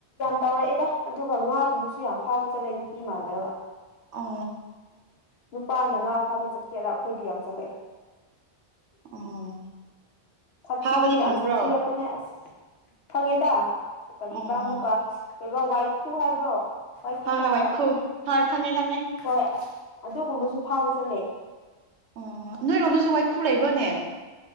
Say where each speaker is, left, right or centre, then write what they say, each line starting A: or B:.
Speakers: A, on the left; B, on the right.
A: ꯇꯥꯡꯔꯛꯑꯦꯗ ꯑꯗꯨꯒ ꯉꯥꯒꯨꯝꯕꯁꯨ ꯌꯥꯝ ꯐꯥꯕ ꯆꯠꯂꯦ ꯅꯨꯄꯤ ꯃꯥꯟꯗꯒ
B: ꯑ
A: ꯅꯨꯄꯥꯅ ꯉꯥ ꯐꯥꯕ ꯆꯠꯀꯦꯔ ꯑꯩꯈꯣꯏꯗꯤ ꯌꯥꯝ ꯆꯠꯂꯛꯑꯦ
B: ꯎꯝ
A: ꯁꯥꯊꯤꯕꯨꯗꯤ
B: ꯐꯥꯕꯗꯤ
A: ꯌꯥꯝ
B: ꯐꯪꯕ꯭ꯔꯣ
A: ꯁꯥꯊꯤꯔꯛꯄꯅꯦ ꯑꯁ ꯐꯪꯉꯦꯗ ꯀꯕꯥ
B: ꯑꯣ
A: ꯑꯃꯨꯛꯀ ꯀ ꯋꯥꯏꯈꯨ ꯍꯥꯏꯕ꯭ꯔꯣ ꯋꯥꯏꯈ
B: ꯍꯣꯏ
A: ꯈꯪꯕ꯭ꯔꯥ
B: ꯍꯣꯏ ꯋꯥꯏꯈꯨ ꯍꯣꯏ ꯈꯪꯉꯦ ꯈꯪꯉꯦ
A: ꯍꯣꯏ ꯑꯗꯨꯒꯨꯝꯕꯁꯨ ꯐꯥꯕ ꯆꯠꯂꯦ
B: ꯑꯣ ꯅꯣꯏꯔꯣꯝꯗꯁꯨ ꯋꯥꯏꯈꯨ ꯂꯩꯕ꯭ꯔꯣꯅꯦ